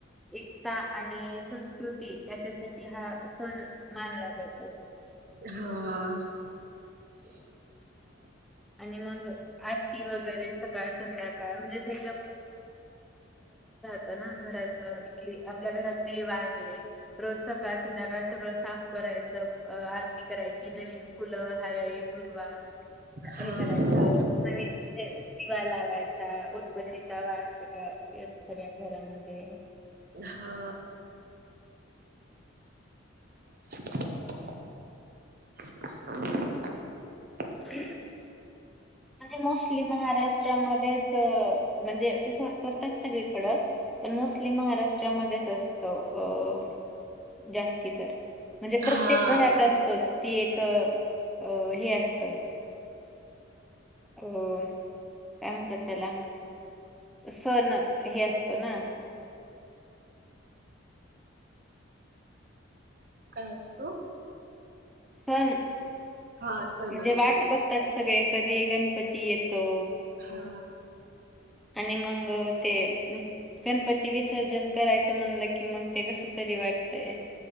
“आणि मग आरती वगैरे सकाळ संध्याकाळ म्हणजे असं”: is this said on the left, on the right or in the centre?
Centre